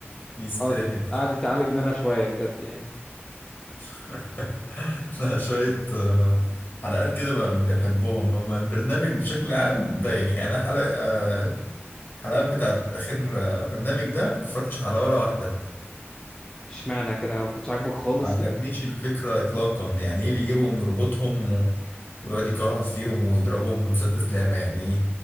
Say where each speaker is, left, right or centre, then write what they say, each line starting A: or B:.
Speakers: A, on the left; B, on the left.
A: يستاهل
B: اه قعد يتعالج منها شويه بجد يعني
A: <laughs> لا شوية آه، حلقات كده بقى بيحبوهم أما البرنامج بشكل عام بايخ يعني أنا حلقة آه، الحلقات بتاعت آخر آه، برنامج ده مفرجتش على ولا واحدة
B: اشمعنى كده ما كنتش عاجبك خالص
A: ما عجبنيش
B: كده
A: الفكرة إطلاقا يعني إيه بيجيبهم يربطهم و... ويقعد يكهرب فيهم ويضربهم بمسدس لامع يعني إيه